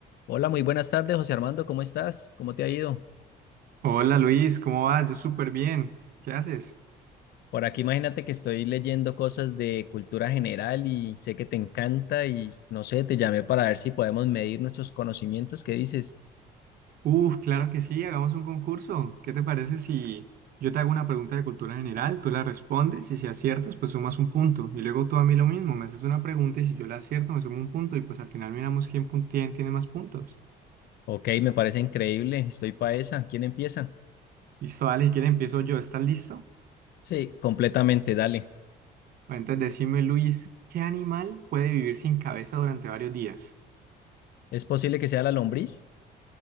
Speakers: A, on the left (about 70°); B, on the right (about 60°).
A: Hola, muy buenas tardes, José Armando, ¿cómo estás? ¿Cómo te ha ido?
B: Hola Luis, ¿cómo vas? Yo súper bien. ¿Qué haces?
A: Por aquí imagínate que estoy leyendo cosas de cultura general y sé que te encanta y no sé, te llamé para ver si podemos medir nuestros conocimientos. ¿Qué dices?
B: Uf, claro que sí, hagamos un concurso. ¿Qué te parece si yo te hago una pregunta de cultura general, tú la respondes y si aciertas, pues sumas un punto? Y luego tú a mí lo mismo, me haces una pregunta y si yo la acierto, me sumo un punto y pues al final miramos quién, pun- quién tiene más puntos.
A: Ok, me parece increíble, estoy pa' esa. ¿Quién empieza?
B: Listo, dale, si quieres empiezo yo, ¿estás listo?
A: Sí, completamente, dale.
B: Bueno, entonces decime Luis, ¿qué animal puede vivir sin cabeza durante varios días?
A: ¿Es posible que sea la lombriz?